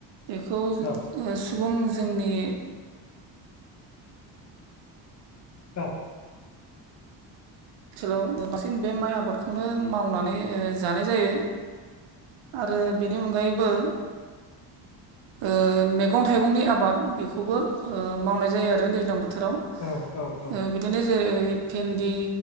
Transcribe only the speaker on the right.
बेखौ ओ
सुबुं जोंनि
ओनसोलाव बांसिन बे माइ आबादखौनो मावनानै जानाय जायो। आरो बेनि अनगायैबो ओ मैगं थाइगंनि आबाद बेखौबो ओ मावनाय जायो आरो दैज्लां बोथोराव
ओ बिदिनो जेरै भिन्दि